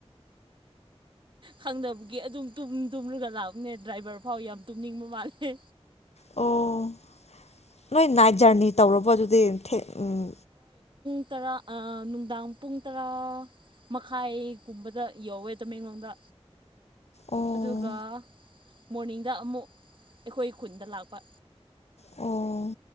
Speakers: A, on the right; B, on the left.
A: ꯈꯪꯗꯅꯕꯒꯤ ꯑꯗꯨꯝ ꯇꯨꯝ ꯇꯨꯝꯂꯒ ꯂꯥꯛꯕꯅꯦ ꯗ꯭ꯔꯥꯏꯚꯔ ꯐꯥꯎ ꯌꯥꯝ ꯇꯨꯝꯅꯤꯡꯕ ꯃꯥꯜꯂꯦ
B: ꯑꯣ ꯅꯣꯏ ꯅꯥꯏꯠ ꯖꯔꯅꯤ ꯇꯧꯔꯕ ꯑꯗꯨꯗꯤ꯫ ꯎꯝ
A: ꯨ ꯇꯔꯥ ꯅꯨꯡꯗꯥꯡ ꯄꯨꯡ ꯇꯔꯥ ꯃꯈꯥꯏꯒꯨꯝꯕꯗ ꯌꯧꯋꯦ ꯇꯃꯦꯡꯂꯣꯡꯗ꯫
B: ꯑꯣ
A: ꯑꯗꯨꯒ꯫ ꯃꯣꯔꯅꯤꯡꯗ ꯑꯃꯨꯛ ꯑꯩꯈꯣꯏ ꯈꯨꯟꯗ ꯂꯥꯛꯄ꯫
B: ꯑꯣ